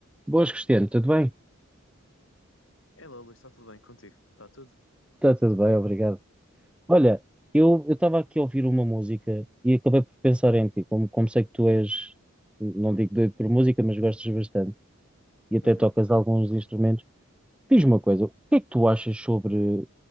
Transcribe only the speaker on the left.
Hello, Luís, está tudo bem contigo? Está tudo?
Uhum.